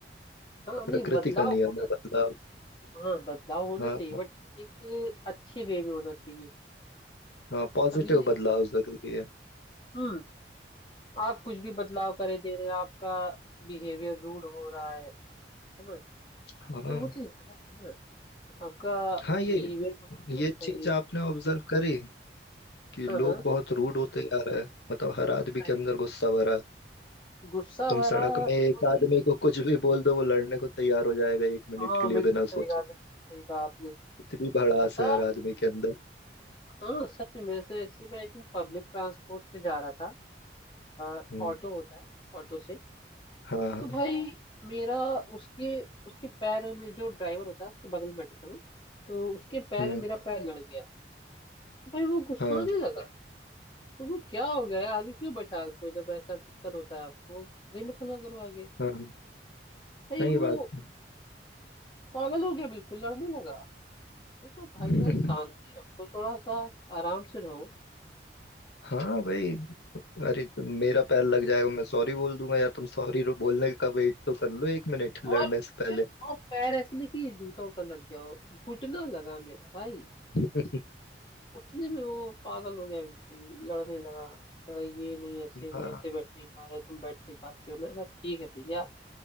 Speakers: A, on the left; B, on the left.
A: हाँ नहीं
B: प्रकृति
A: बदलाव
B: का नियम
A: होना
B: है बदलाव
A: हाँ बदलाव होना
B: हाँ
A: चाहिए बट एक अच्छे वे में होना चाहिए
B: हाँ पॉजिटिव
A: अब ये नहीं
B: बदलाव
A: कि
B: जरूरी है
A: हम्म आप कुछ भी बदलाव करे दे रहे हैं आपका बिहेवियर रूड हो रहा है है ना
B: हाँ
A: तो वो चीज गलत है ना आपका
B: हाँ ये
A: बिहेवियर मत
B: ये
A: करिए
B: चीज आपने ऑब्जर्व करी कि
A: हाँ
B: लोग
A: हाँ
B: बहुत रूड होते जा रहे हैं मतलब हर आदमी
A: सही
B: के अंदर गुस्सा भरा है
A: गुस्सा
B: तुम
A: भरा
B: सड़क
A: और
B: में एक
A: कोई
B: आदमी को कुछ भी बोल दो वो लड़ने को तैयार हो जाएगा एक मिनट
A: हाँ
B: के लिए
A: बिल्कुल
B: बिना
A: सही
B: सोचे
A: कहा बिल्कुल सही कहा आपने
B: इतनी भड़ास
A: ऐसा
B: है हर आदमी के अंदर
A: हाँ सच में से ऐसे मैं एक दिन पब्लिक ट्रांसपोर्ट से जा रहा था अ,
B: हम्म
A: ऑटो होता है ऑटो से
B: हाँ
A: तो भाई मेरा उसके उसके पैर में जो ड्राइवर होता है उसके बगल में बैठे थे मैं तो उसके पैर
B: हम्म
A: में मेरा पैर लड़ गया तो भाई वो गुस्साने
B: हाँ
A: लगा तो वो क्या हो गया है आगे क्यों बैठालते हो जब ऐसा दिक्कत होता है आपको नहीं बैठाला करो आगे
B: हाँ
A: भाई
B: सही
A: वो
B: बात है
A: पागल हो गया बिल्कुल लड़ने लगा मैं कहा,
B: <laughs>
A: भाई यार शांति रखो थोड़ा सा आराम से रहो
B: हाँ भाई अरे तो मेरा पैर लग जाएगा मैं सॉरी बोल दूंगा यार तुम सॉरी बोलने का वेट तो कर लो एक मिनट लड़ने
A: और
B: से पहले
A: और पैर ऐसे नहीं कि जूता उता लग गया हो घुटना लगा मेरा भाई
B: <laughs>
A: उतने में वो पागल हो गया बिल्कुल लड़ने लगा कह रहा, ये नहीं ऐसे नहीं
B: हाँ
A: ऐसे बैठ नहीं पा रहे तुम बैठ नहीं पाते हो मैं कहा ठीक है भैया